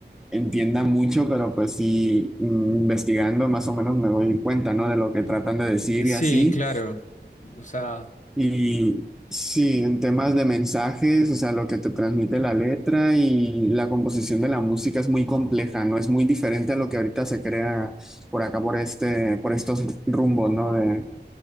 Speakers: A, in the centre; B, on the left.
A: entienda mucho, pero pues sí, mm, investigando más o menos me doy cuenta, ¿no? De lo que
B: Eh,
A: tratan de decir
B: que sí,
A: y así.
B: claro. O sea,
A: Y sí, en temas de mensajes, o sea, lo que te transmite la letra y la composición de la música es muy compleja, ¿no? Es muy diferente a lo que ahorita se crea por acá, por este, por estos rumbos, ¿no? De,